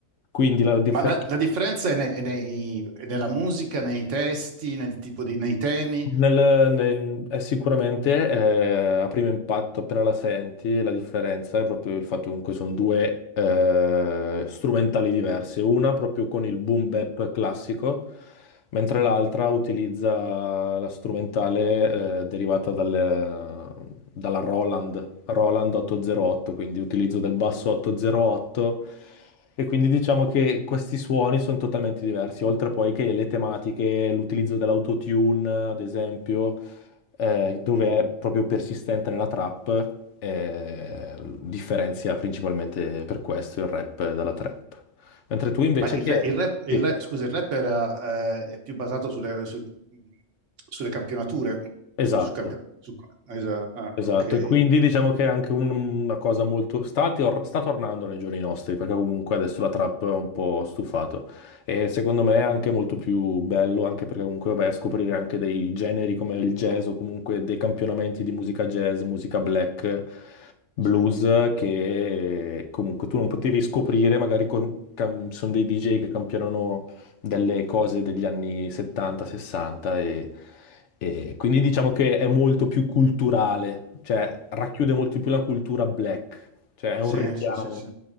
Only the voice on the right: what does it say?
Ma la, la differenza è, ne- è nei- è nella musica, nei testi, nel tipo di, nei temi.
Mhm.
Ma il,
ra- il rap, il
ra- scusa, il rap era, eh, è più basato sulle, su- sulle campionature.
Su, su campio- su- esa- ah,
ok.
Sì,
sì,
sì, sì, sì.